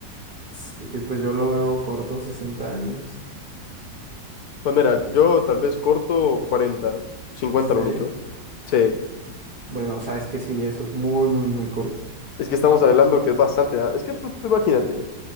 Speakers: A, on the right (about 45°); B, on the left (about 70°).
A: Sí, pues yo lo veo corto, 60 años.
B: Pues mira, yo tal vez corto 40 cincuenta
A: Sí.
B: lo mucho. Sí,
A: Bueno, o sea, es que sí, eso es muy, muy, muy corto.
B: es que estamos hablando que es bastante edad. Es que tú, tú imagínate,